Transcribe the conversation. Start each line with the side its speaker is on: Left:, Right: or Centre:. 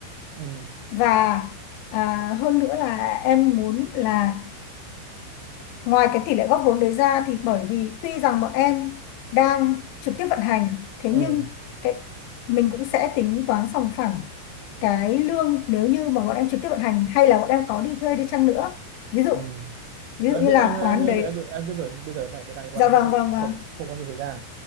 Right: ừ
Left: và à, hơn nữa là em muốn là ngoài cái tỷ lệ góp vốn đấy ra thì bởi vì tuy rằng bọn em đang trực tiếp vận hành thế
Right: ừ
Left: nhưng cái mình cũng sẽ tính toán sòng phẳng cái lương nếu như mà bọn em trực tiếp vận hành hay là bọn em có đi thuê đi chăng nữa ví dụ
Right: ừ
Left: ví
Right: rồi
Left: dụ như
Right: em biết
Left: là
Right: anh anh
Left: quán
Right: anh
Left: đấy
Right: anh, anh biết rồi nhưng bây giờ này bên anh bọn
Left: dạ
Right: anh
Left: vâng
Right: không
Left: vâng vâng
Right: có không, không có nhiều thời gian